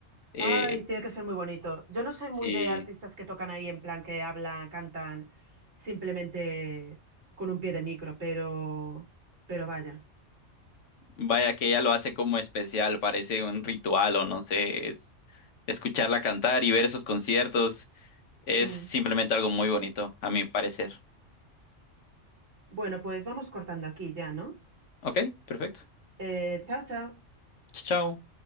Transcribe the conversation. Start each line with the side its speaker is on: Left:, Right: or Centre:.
Left: Eh,
Right: Ay, tiene que ser muy bonito. Yo no soy muy
Left: sí,
Right: de artistas que tocan ahí en plan que hablan, cantan simplemente con un pie de micro, pero, pero vaya.
Left: Vaya que ella lo hace como especial, parece un ritual o no sé, es escucharla cantar y ver esos conciertos es
Right: Mm.
Left: simplemente algo muy bonito, a mi parecer.
Right: Bueno, pues vamos cortando aquí ya, ¿no?
Left: Ok, perfecto.
Right: Eh, chao, chao.
Left: Chao.